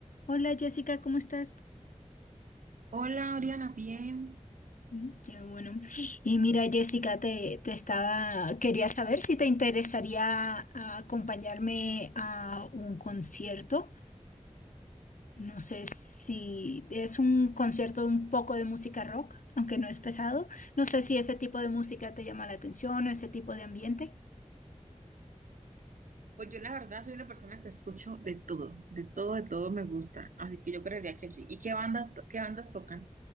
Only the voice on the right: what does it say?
Hola, Oriana, bien.
Pues yo la verdad soy una persona que escucho de todo, de todo, de todo me gusta, así que yo creería que sí. ¿Y qué banda, to- qué bandas tocan?